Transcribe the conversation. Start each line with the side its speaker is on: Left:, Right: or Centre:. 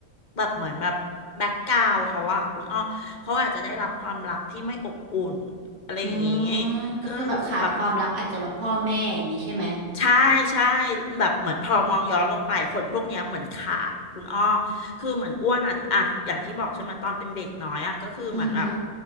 Left: แบบเหมือนแบบแบ็กกราวเขาอะคุณอ้อเขาอาจจะได้รับความรักที่ไม่อบอุ่นอะไรอย่างงี้
Right: อืมก็คือแบบขาดความรักอาจจะแบบพ่อแม่อย่างนี้ใช่ไหม
Left: ก็รู้สึกแบบ ใช่ใช่แบบเหมือนพอมองย้อนลงไปคนพวกเนี้ยเหมือนขาดคุณอ้อคือเหมือนอ้วนอ่ะอ่ะอย่างที่บอกใช่ไหมตอนเป็นเด็กน้อยอ่ะก็คือเหมือนแบบ
Right: อือฮึ